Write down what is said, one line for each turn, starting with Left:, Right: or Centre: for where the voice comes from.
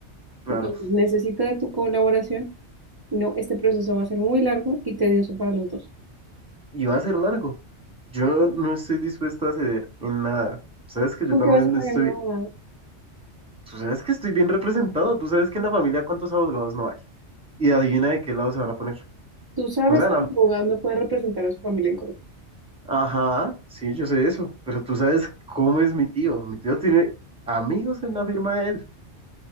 Centre: Claro,
Right: Entonces, necesito de tu colaboración, si no, este proceso va a ser muy largo y tedioso para los dos.
Centre: y va a ser largo. Yo no estoy dispuesto a ceder en nada. Sabes que yo
Right: ¿Con
Centre: también
Right: qué vas a pagar
Centre: estoy,
Right: un abogado?
Centre: tú sabes que estoy bien representado, tú sabes que en la familia cuántos abogados no hay. Y adivina de qué lado se van a poner.
Right: Tú sabes
Centre: No se van
Right: que
Centre: a...
Right: el abogado no puede representar a su familia en corte.
Centre: Ajá, sí, yo sé eso, pero tú sabes cómo es mi tío. Mi tío tiene amigos en la firma de él.